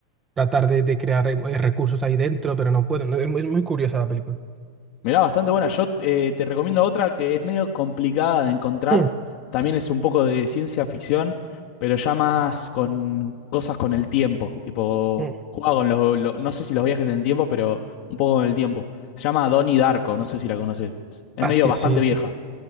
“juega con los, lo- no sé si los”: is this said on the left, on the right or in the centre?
Left